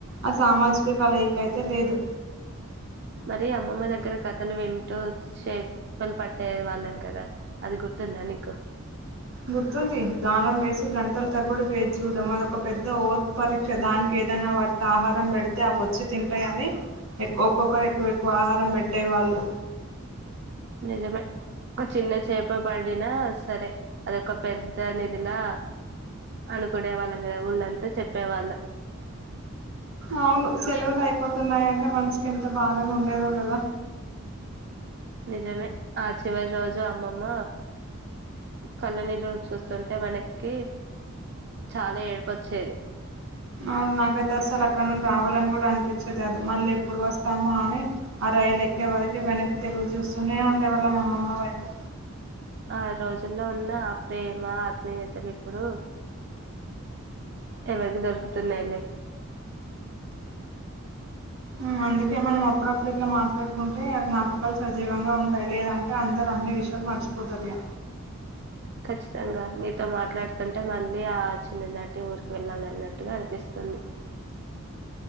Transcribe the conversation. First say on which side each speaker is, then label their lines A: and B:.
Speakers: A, on the right; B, on the right.
A: ఆ సామాజిక కలయిక అయితే లేదు.
B: మరి అమ్మమ్మ దగ్గర కథలు వింటూ చే పలు పట్టే వాళ్ళం కదా అది గుర్తుందా నీకు
A: గుర్తుంది గాలం వేసి గంట గంటలు తరబడి వేచి చూడడం అది ఒక పెద్ద ఓర్పరీక్ష దానికి ఏదైనా వాటికి ఆహారం పెడితే అవి వచ్చి తింటాయని ఎక్ ఒక్కొక్కరు ఎక్కువ ఎక్కువ ఆహారం పెట్టేవాళ్ళు.
B: నిజమే ఒక చిన్న చేప పడినా సరే అది ఒక పెద్ద నిథిలా అనుకునేవాళ్లం కదా ఊర్లో అంతా చెప్పేవాళ్లం.
A: అవును సెలవులు అయిపోతున్నాయి అంటే మనసుకు ఎంత బాధగా ఉండేదో కదా.
B: నిజమే ఆ చివరి రోజు అమ్మమ్మ కళ్ళు నీళ్లు చూస్తుంటే మనకి చాలా ఏడుపొచ్చేది.
A: అవును నాకైతే అసలు అక్కడ నుండి రావాలని కూడా అనిపించేది కాదు. మళ్లీ ఎప్పుడు వస్తామో అని ఆ రైలు ఎక్కే వరకు వెనక్కితిరుగి చూస్తూనే ఉండేవాళ్ళం అమ్మమ్మ వైపు.
B: ఆ రోజుల్లో ఉన్న ఆ ప్రేమ ప్యాయతలు ఇప్పుడు ఎవరికి దొరుకుతున్నాయి లే
A: ఉమ్ అందుకే మనం అప్పుడప్పుడు ఇట్లా మాట్లాడుకుంటే జ్ఞాపకాలు సజీవంగా ఉంటాయి లేదంటే అందరూ అన్ని విషయాలు మర్చిపోతారు ఇగ.
B: కచ్చితంగా నీతో మాట్లాడుతుంటే మళ్లీ ఆ చిన్ననాటి ఊరికి వెళ్లాలన్నట్టుగా అనిపిస్తుంది.